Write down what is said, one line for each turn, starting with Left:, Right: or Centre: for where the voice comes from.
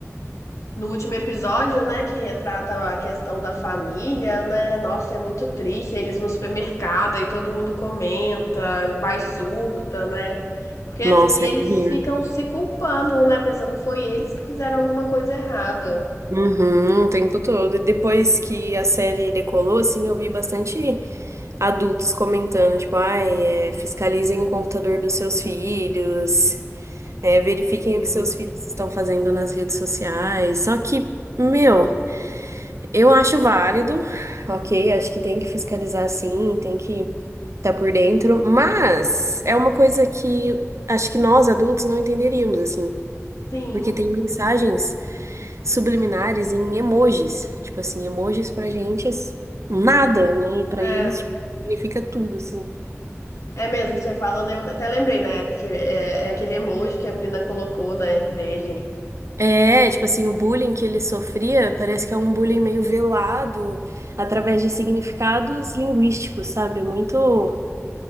Left: no último episódio, né, que retrata a questão da família, né? Nossa, é muito triste, eles no supermercado e todo mundo comenta, o pai surta, né? Porque, assim,
Right: Nossa,
Left: e eles
Right: é minha.
Left: ficam se culpando, né, pensando que foi eles que fizeram alguma coisa errada.
Right: Uhum, o tempo todo. E depois que a série decolou, assim, eu vi bastante. adultos comentando, tipo, ai, é, fiscalizem o computador dos seus filhos, é, verifiquem
Left: Sim,
Right: o que seus filhos estão fazendo nas redes sociais. Só que, meu, eu acho válido, ok? Acho que tem que fiscalizar sim, tem que estar por dentro, mas é uma coisa que acho que nós adultos não entenderíamos, assim.
Left: Sim,
Right: Porque tem mensagens subliminares em emojis. Tipo assim, emojis pra gente é nada, né? E pra
Left: é.
Right: eles, tipo, significa tudo, assim.
Left: É mesmo, você falando, eu até lembrei, né, que é, é aquele emoji que a menina colocou, né, dele.
Right: É, tipo assim, o bullying que ele sofria parece que é um bullying meio velado através de significados linguísticos, sabe? É muito,